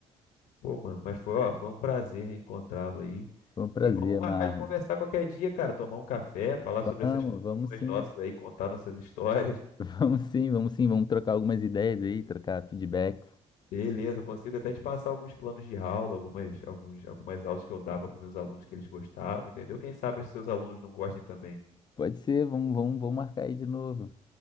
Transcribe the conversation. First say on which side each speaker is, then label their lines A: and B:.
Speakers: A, on the left; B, on the left.
A: Pô, mano, mas foi, ó, foi um prazer reencontrá-lo aí.
B: Foi um prazer,
A: E vamos marcar
B: Marlon.
A: de conversar qualquer dia, cara. Tomar um café, falar
B: Vamos,
A: sobre essas profissões
B: vamos sim.
A: nossas aí, contar nossas histórias. <laughs>
B: <laughs> Vamos sim, vamos sim, vamos trocar algumas ideias aí, trocar feedbacks.
A: Beleza, eu consigo até te passar alguns planos de aula, algumas, alguns, algumas aulas que eu dava para meus alunos que eles gostavam, entendeu? Quem sabe os seus alunos não gostem também.
B: Pode ser, vamos, vamos, vamos marcar aí de novo.